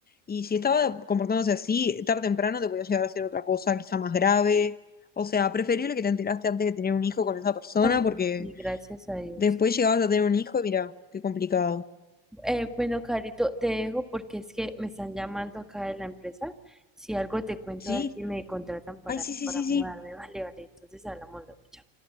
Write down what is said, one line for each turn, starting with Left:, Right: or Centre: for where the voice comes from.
Left: Y si estaba comportándose así, tarde o temprano te podía llegar a hacer otra cosa, quizá más grave. O sea, preferible que te enteraste antes de tener un hijo con esa persona
Centre: Ay,
Left: porque
Centre: sí, gracias a Dios.
Left: después llegabas a tener un hijo y mira, qué complicado.
Centre: Eh, bueno, Carito, te dejo porque es que me están llamando acá de la empresa. Si algo te cuento,
Left: Sí,
Centre: a ver si me contratan para,
Left: ay, sí, sí,
Centre: para
Left: sí,
Centre: mudarme,
Left: sí.
Centre: vale, vale, entonces hablamos luego, chao.